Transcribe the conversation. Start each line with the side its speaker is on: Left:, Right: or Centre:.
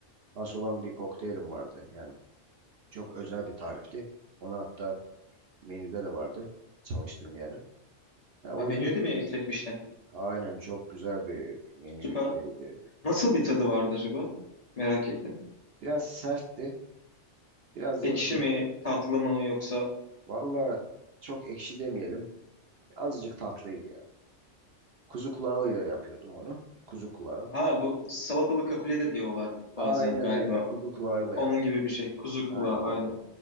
Right: has olan bir kokteylim vardı. Yani çok özel bir tarifti. Onu hatta menüde de vardı çalıştığım yerin. Ya o
Left: Ha, menüye
Right: yüzden
Left: de mi ekletmiştin?
Right: aynen çok güzel bir menü
Left: Süper.
Right: şeydi.
Left: Nasıl bir tadı vardı acaba? Merak ettim.
Right: Biraz sertti Biraz
Left: Ekşi
Right: da tuz.
Left: mi, tatlı mı yoksa
Right: Valla çok ekşi demeyelim. Azıcık tatlıydı yani. Kuzu kulağıyla yapıyordum onu. Kuzu kulağı.
Left: Ha bu salatalı kakule de diyorlar
Right: Aynen
Left: bazen galiba.
Right: öyle. Kuzu kulağıyla
Left: Onun
Right: yap.
Left: gibi bir şey. Kuzu kulağı
Right: Aynen o.
Left: aynen.